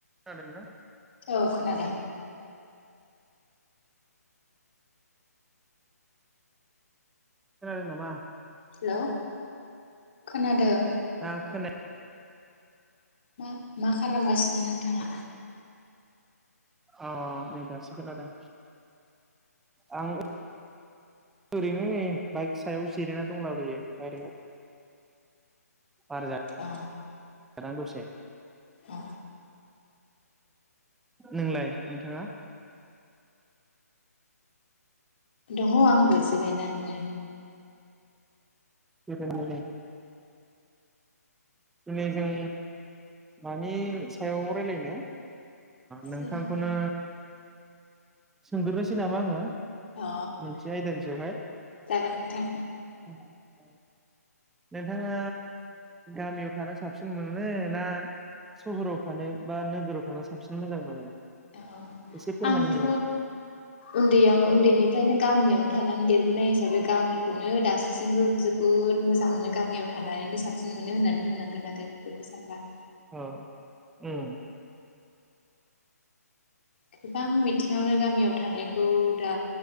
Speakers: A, in the centre; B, on the left.
A: खोनादोंना?
B: औ खोनादों।
A: खोनादों नामा?
B: हेल' खोनादों।
A: ना खोनाय।
B: ह। मा खालामगासिनो नोंथाङा।
A: अ नै दासो खोनादों आं ओ। ओरैनो नै बाइक सायाव जिरायना दंलाबोयो बायेरायाव। बारजादां
B: अ
A: दसे
B: अ
A: नोंलाय नोंथाङा।
B: दङ आंबो जिरायनानैनो।
A: बेबायनो दिनै जों मानि सायाव रायलायनो। नोंथांखौनो
B: जों
A: सोंगोरोसै नामा आङो
B: अ
A: मोनसे आयदानि सायावहाय।
B: जागोन नोंथां
A: औ। नोंथाङा गामियाव थानो साबसिन मोनो ना सहराव थानो बा नोगोराव थानो साबसिन मोजां मोनो।
B: औ
A: एसे फोरमायना
B: आंथ'
A: होलाय
B: उन्दैयाव उन्दैनिफ्रायनो गामियावनो थानानै देर बोनाय हिसाबै गामिखौनो दासिमबो जोबोद मोजां मोनो गामियाव थानानैनो साबसिन मोनो होननानै बुंनांगोन आरो बेखौ सानबा
A: औ उम
B: गोबां बिथिङावनो गामियाव थानायखौ दा